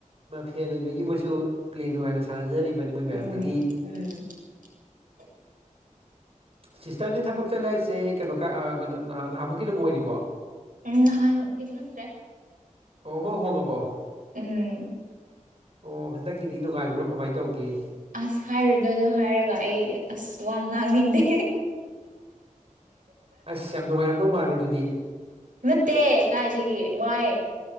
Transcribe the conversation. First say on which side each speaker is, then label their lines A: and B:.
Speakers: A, on the right; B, on the right.
A: ꯐꯦꯟ ꯂꯩꯕꯒꯤ ꯃꯣꯏꯁꯨ ꯄ꯭ꯂꯦꯟ ꯅꯨꯡꯉꯥꯏꯅ ꯁꯥꯟꯅꯖꯔꯤꯕꯅꯤ ꯃꯣꯏ ꯃꯌꯥꯝꯗꯨꯒꯤ
B: ꯎꯝ ꯎꯝ <unintelligible>
A: ꯁꯤꯁꯇꯔꯁꯦ ꯊꯕꯛ ꯆꯠꯂꯦ ꯍꯥꯏꯁꯦ ꯀꯩꯅꯣ ꯀ ꯀꯩꯅꯣ ꯅꯍꯥꯃꯨꯛꯀꯤ ꯑꯗꯨꯝ ꯑꯣꯏꯔꯤꯕꯣ
B: ꯎꯝ ꯅꯍꯥꯟꯒꯤꯗꯣ ꯅꯠꯇꯔꯦ
A: ꯑꯣ ꯑꯃꯥ ꯍꯣꯡꯉꯕꯣ
B: ꯎꯝ
A: ꯑꯣ ꯍꯟꯗꯛꯀꯤꯗꯤ ꯅꯨꯡꯉꯥꯏꯕ꯭ꯔꯣ ꯀꯃꯥꯏ ꯇꯧꯒꯦ
B: ꯑꯁ ꯍꯥꯏꯔꯣꯏꯗꯥ ꯑꯗꯨ ꯍꯥꯏꯔꯒ ꯑꯩ ꯑꯁ ꯋꯥ ꯉꯥꯡꯅꯤꯡꯗꯦ
A: ꯑꯁ ꯌꯥꯝ ꯅꯨꯡꯉꯥꯏꯔꯝꯗꯧ ꯃꯥꯜꯂꯦ ꯑꯗꯨꯗꯤ
B: ꯅꯠꯇꯦ ꯀꯥꯏꯗꯒꯤ ꯋꯥꯏ